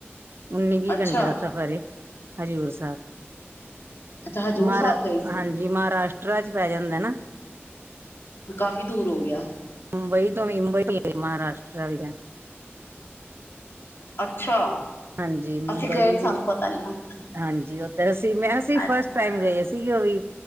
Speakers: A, on the right (about 60°); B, on the left (about 60°).
A: ਉੱਨੀ- ਵੀਹ
B: ਅੱਛਾ,
A: ਘੰਟੇ ਦਾ ਸਫ਼ਰ ਏ ਹਜ਼ੂਰ ਸਾਹਿਬ
B: ਅੱਛਾ ਹਜ਼ੂਰ
A: ਮਹਾਰਾ
B: ਸਾਹਿਬ ਗਏ ਸੀ।
A: ਹਾਂਜੀ ਮਹਾਰਾਸ਼ਟਰਾ 'ਚ ਪੈ ਜਾਂਦੇ ਨਾ?
B: ਹ ਕਾਫ਼ੀ ਦੂਰ ਹੋ ਗਿਆ
A: ਮੁੰਬਈ ਤੋਂ ਮੁੰਬਈ ਮਹਾਰਾਸ਼ਟਰ ਵਿੱਚ ਜਾ
B: ਅੱਛਾ?
A: ਹਾਂਜੀ ਮੁੰਬਈ
B: ਅਸੀਂ ਗਏ ਨੀ
A: ਵੀ
B: ਸਾਨੂੰ ਪਤਾ ਨੀ ਨਾ
A: ਹਾਂਜੀ, ਉਹ ਤਾਂ ਹੈ। ਅਸੀਂ
B: ਅੱਛਾ।
A: ਫਸਟ ਟਾਈਮ ਗਏ ਸੀ ਸੀ ਉਹ ਵੀ